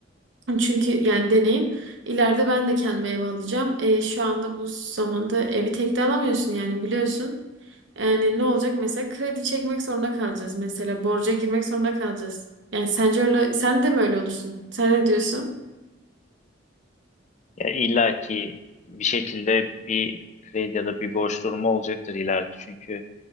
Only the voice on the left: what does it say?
Yani illa ki bir şekilde bir kredi ya da bir borç durumu olacaktır ileride. Çünkü